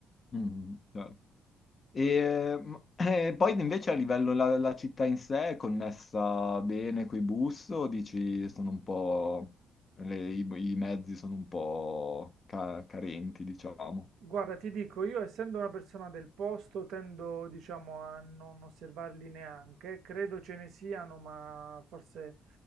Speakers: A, on the left; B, on the right.
A: Mm, certo. E, ma- e <clears throat> poi invece a livello la, la città in sé è connessa bene coi bus o dici sono un po' le- i, i mezzi sono un po' ca- carenti, diciamo.
B: Guarda, ti dico, io essendo una persona del posto tendo, diciamo, a non osservarli neanche, credo ce ne siano, ma forse